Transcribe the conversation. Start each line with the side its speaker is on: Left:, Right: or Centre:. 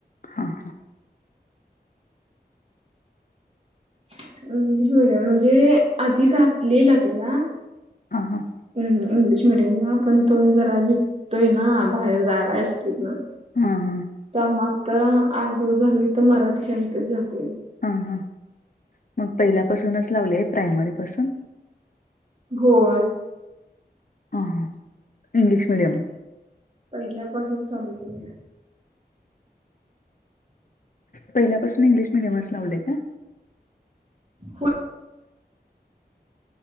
Left: हा हा.
Right: इंग्लिश मिडीयम म्हणजे आधी घातले ना त्याला
Left: हा हां.
Right: हम् इंग्लिश मिडियमला पण तो जरा भितोय ना बाहेर जायला एसटीतनं
Left: हा हा.
Right: त्यामुळे आता आठ दिवस झालं इथं मराठी शाळेतच जातोय.
Left: हां हां मग पहिल्यापासूनच लावले आहे प्रायमरी पाासून
Right: होय
Left: हुं हुं इंग्लिश मीडियमला
Right: पहिल्यापासुनच चालू केले.
Left: पहिल्यापासून इंग्लिश मिडियम लाच लावलेय का?
Right: होय